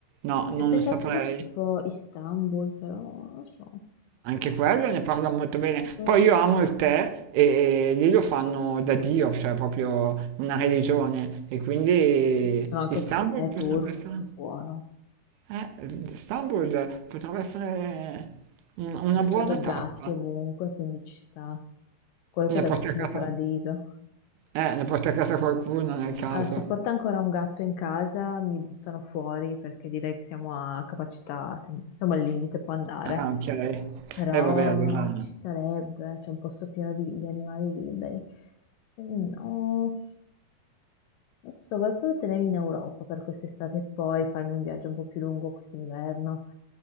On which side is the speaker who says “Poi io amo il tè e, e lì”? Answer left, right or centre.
Right